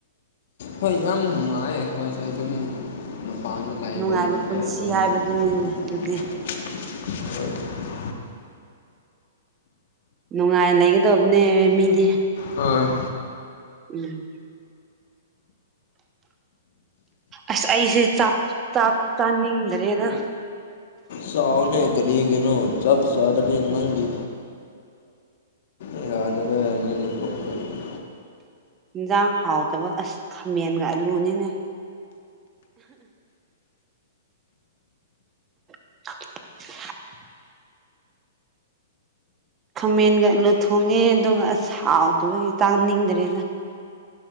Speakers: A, on the left; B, on the right.
A: ꯍꯣꯏ ꯌꯥꯝ ꯅꯨꯡꯉꯥꯏ ꯑꯩꯈꯣꯏꯁꯦ ꯆꯨꯝꯃꯤ <unintelligible> ꯃꯄꯥꯟꯗ ꯂꯕ
B: ꯅꯨꯡꯉꯥꯏꯕ
A: <unintelligible>
B: ꯄꯨꯟꯁꯤ
A: ꯑꯗꯨꯝ
B: ꯍꯥꯏꯕꯗꯨꯅꯤꯅꯦ
A: <unintelligible>
B: ꯑꯗꯨꯗꯤ ꯅꯨꯡꯉꯥꯏ ꯂꯩꯒꯗꯧꯕꯅꯦ ꯃꯤꯗꯤ
A: ꯍꯣꯢ
B: <inaudible> ꯑꯁ ꯑꯩꯁꯦ ꯆꯥꯛ ꯆꯥꯛ ꯆꯥꯅꯤꯡꯗ꯭ꯔꯦꯗ
A: ꯆꯥꯎꯅꯦ ꯀꯔꯤꯒꯤꯅꯣ ꯆꯛ ꯆꯗ <unintelligible> ꯅꯪꯒꯤ <unintelligible>
B: ꯏꯟꯖꯥꯡ ꯍꯥꯎꯇꯕ ꯑꯁ ꯈꯥꯃꯦꯟꯒ ꯑꯂꯨꯅꯤꯅꯦ <inaudible> ꯈꯥꯃꯦꯟꯒ ꯑꯂꯨ ꯊꯣꯡꯉꯦ ꯑꯗꯨꯒ ꯑꯁ ꯍꯥꯎꯇꯕꯒꯤ ꯆꯥꯅꯤꯡꯗ꯭ꯔꯦꯗ